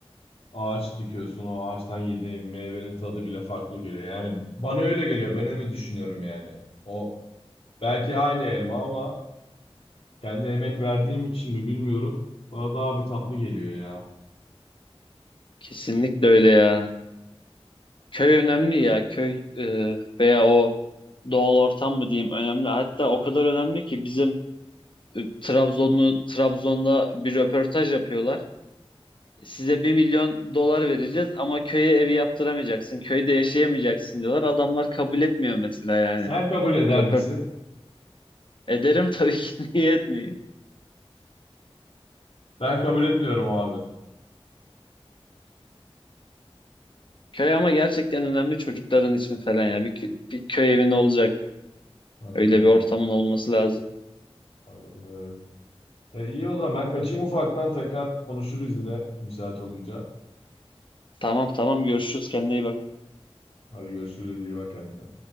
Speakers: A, on the left; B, on the left.
A: Ağaç dikiyorsun o ağaçtan yediğin meyvenin tadı bile farklı geliyor. Yani bana öyle geliyor ben öyle düşünüyorum yani. O belki aynı elma ama kendi emek verdiğim için mi bilmiyorum. Bana daha bir tatlı geliyor ya.
B: Kesinlikle öyle ya. Köy önemli ya. Köy e, veya o doğal ortam mı diyeyim önemli. Hatta o kadar önemli ki bizim e, Trabzonlu Trabzon'da bir röportaj yapıyorlar. Size bir milyon dolar vereceğiz ama köye evi yaptıramayacaksın. Köyde yaşayamayacaksın diyorlar. Adamlar kabul etmiyor mesela yani.
A: Sen kabul eder
B: Bu röportaj
A: misin?
B: ederim tabii ki <laughs> niye etmiyor.
A: Ben kabul etmiyorum abi.
B: Köy ama gerçekten önemli çocukların için falan ya. Bir, kö- bir köy evin olacak.
A: Anladım.
B: Öyle bir ortamın olması lazım.
A: Anladım evet. E, iyi o zaman ben kaçayım ufaktan tekrar konuşuruz yine müsait olunca.
B: Tamam tamam görüşürüz kendine iyi bak.
A: Hadi görüşürüz iyi bak kendine.